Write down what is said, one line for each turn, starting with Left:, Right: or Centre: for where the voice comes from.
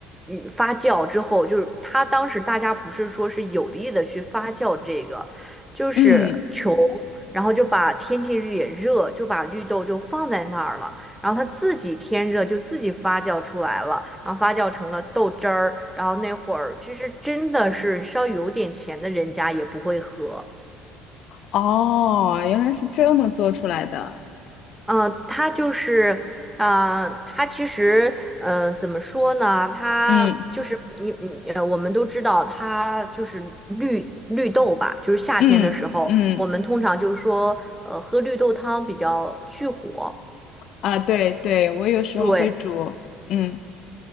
Centre: 与发酵之后，就是它当时大家不是说是有意的去发酵这个，就是穷，
Left: 嗯，
Centre: 然后就把天气也热，就把绿豆就放在那儿了。然后它自己天热就自己发酵出来了，然后发酵成了豆汁儿。然后那会儿其实真的是稍微有点钱的人家也不会喝。
Left: 哦，原来是这么做出来的，
Centre: 嗯、它就是，啊、它其实，嗯、怎么说呢？它就是你你呃，
Left: 嗯
Centre: 我们都知道它就是绿绿豆吧，就是夏天的时候，
Left: 嗯嗯，
Centre: 我们通常就说，呃，喝绿豆汤比较去火。
Left: 啊，对对，我有时候会煮，
Centre: 对，
Left: 嗯